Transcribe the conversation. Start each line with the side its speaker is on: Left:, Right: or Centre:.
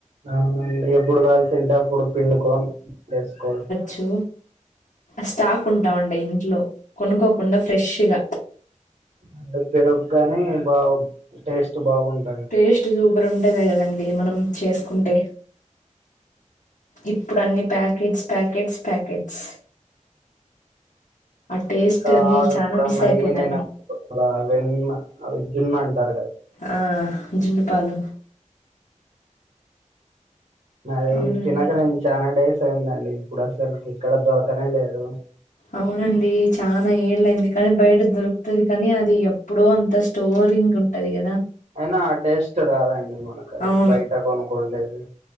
Right: అవునం ఎప్పుడు కావాల్సుంటే అప్పుడు పిండుకోని చేస్కొ
Left: చ్చు స్టాక్ ఉంటా ఉండే ఇంట్లో కొనుక్కోకుండా ఫ్రెష్గా
Right: అండ్ పెరుగుగాని బా టేస్ట్ బాగుంటు
Left: టేస్ట్ సూపర్ ఉంటది గదండి మనం చేస్కుంటే ఇప్పుడన్ని పాకెట్స్ పాకెట్స్ పాకెట్స్ టేస్ట్
Right: ఇంకా
Left: అన్నీ
Right: అవెప్పుడన్నా
Left: చానా మిస్ అయిపోతన్నాం.
Right: ఈనినప్పుడు ఆ వెన్న అదే జున్ను అంటారు గద
Left: ఆ! జున్ను పాలు.
Right: అది
Left: అవునండి.
Right: తినక నేన్ చాలా డేస్ అయిందండి ఇప్పుడు అసలు ఎక్కడ దొరకనే లేదు
Left: అవునండి చానా ఏళ్ళైంది కానీ బయట దొర్కుతది కానీ అది ఎ ఎప్పుడో అంత స్టోరింగ్ ఉంటది గదా
Right: అయినా ఆ టేస్ట్ రాదండి మనకది
Left: అవును.
Right: బయట కొనుక్కుండేది